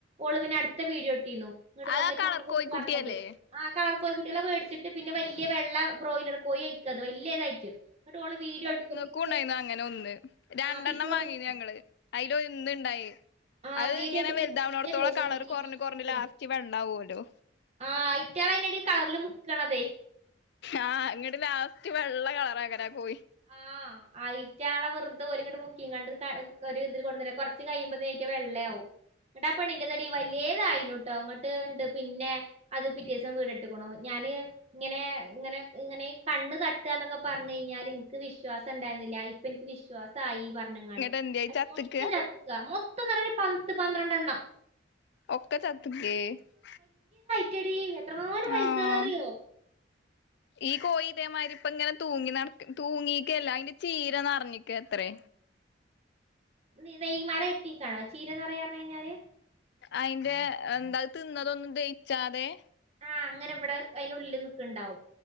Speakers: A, on the right (about 35°); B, on the left (about 65°).
A: ഓൾ പിന്നെ അട്ത്ത വീഡിയോ ഇട്ടിന്നു. ഇങ്ങട്ട്
B: അത്
A: നോക്കെ
B: ആ കളർ
A: ചാകുംന്ന്
B: കോഴിക്കുട്ടിയല്ലേ
A: പർണത് ആ കളർ കോഴി കുട്ടിളെ വേട്ച്ച് ട്ട് പിന്നെ വല്ലിയെ വെള്ള ബ്രോയിലർ കോയി അയിക്ക അത്‌ വല്ലെതായിറ്റ് ഇങ്ങട്ട് ഓള് വീഡിയോ <unintelligible>
B: ക്കുണ്ടായിന്നു അങ്ങനെ ഒന്ന് രണ്ടെണ്ണം
A: ആ പിറ്റേ
B: വാങ്ങിനു
A: ദിവസം
B: ഞങ്ങൾ അയില് ഒന്ന് ഇണ്ടായി.
A: ആ
B: അയ്
A: വീഡിയോ
B: ഇങ്ങനെ
A: ഇട്ടീന്റെ
B: വെൽതാവ്ണോട്ത്തോളം
A: പിറ്റേ ദിവസണ്ട്
B: കളറ്
A: ടീച്ചർ
B: കൊർൺ കൊർൺ ലാസ്റ്റ് വെള്ളാവോലോ.
A: ആ ഇറ്റളെ അയിനെടി കളർൽ മുക്കാണ് അതെ
B: ആ ഇങ്ങട്ട് ലാസ്റ്റ് വെള്ള കളർ ആക്കാരം ആ കോഴി
A: ആഹ് അയിറ്റാളെ വെറുതെ ഓര് ഇങ്ങട് മുക്കി ഇങ്ങാണ്ട് ക ഒരു ഇതില് കൊണ്ടോന്ന് വരും കൊറച്ച് കഴിയുമ്പ <unintelligible> <unintelligible> വെള്ളയാവും. എന്നിട്ട് ആ പെണ്ണിന്റെ തടി വല്യേതായിനുട്ടോ അങ്ങട്ട് ഇണ്ട് പിന്നെ അത് പിറ്റേ ദിവസം വീട് ഇട്ടിക്കണു ഞ ഞാന് ഇങ്ങനെ ഇങ്ങനെ ഇങ്ങനെ കണ്ണ് തട്ടുക എന്നൊക്കെ പറഞ്ഞു കഴിഞ്ഞാല്. <unintelligible> വിശ്വാസം ഉണ്ടായിരുന്നില്ല. ഇപ്പ എനിക്ക് വിശ്വാസായി പറഞ്ഞുങ്ങാണ്ട്
B: ഇങ്ങട്ട് എന്ത്യേ ചത്ത്ക്കാ
A: മൊത്തം <unintelligible> മൊ <unintelligible> പറയണേ പത്ത് പന്ത്രണ്ട് എണ്ണം.
B: ഒക്കെ <unintelligible>
A: <unintelligible> വയസ്സുകളാ
B: ആഹ്
A: അറിയോ?
B: ഈ കോയീടേ മരിപ്പ് ഇങ്ങനെ തൂങ്ങി നടക്ക് തൂങ്ങി <unintelligible> അയിന്റെ ചീര നെറഞ്ഞിക്ക് അത്രെ
A: നെ നെയ് മല <unintelligible> ചീര നെറയാ <unintelligible> കഴിഞ്ഞാല്.?
B: അയിന്റെ എന്താ അത് തിന്നതൊന്നും ദഹിച്ചാതെ
A: ആഹ് അങ്ങനെ വടെ അയ്നുള്ളില് നിക്ക്ണ്ടാവും.